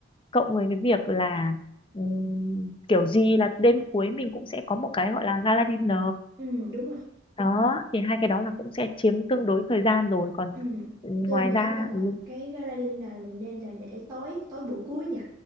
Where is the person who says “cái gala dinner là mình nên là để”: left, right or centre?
Right